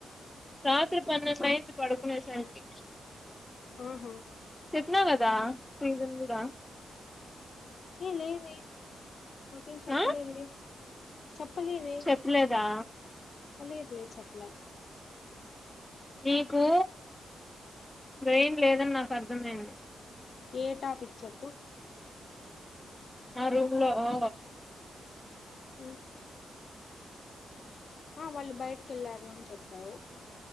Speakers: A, in the centre; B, on the left.
A: రాత్రి పన్నెండైంది పడుకునేసరికి
B: ఆహ
A: చెప్పినా కదా రీజన్ కూడా
B: ఏ లేదే నాకేం చెప్పలేదే,
A: ఆ
B: చెప్పలేదే
A: చెప్పలేదా
B: ఆ లేదులే చెప్పలా
A: నీకూ ఇప్పుడేం లేదన్నావ్ అర్థమయింది
B: ఏ టాపిక్ చెప్పు
A: ఆ రూమ్ లో ఓ
B: హు ఆ వాళ్ళు బయటికి వెళ్ళారు అని చెప్పావు